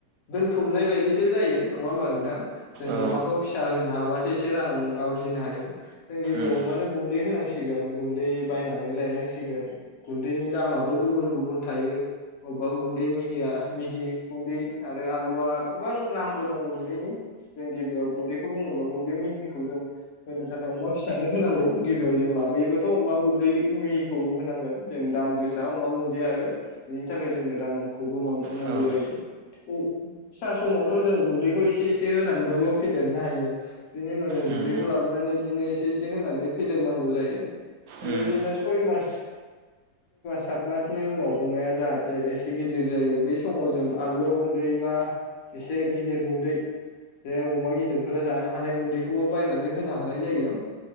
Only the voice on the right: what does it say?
औ
उम
औ उम
उम
उम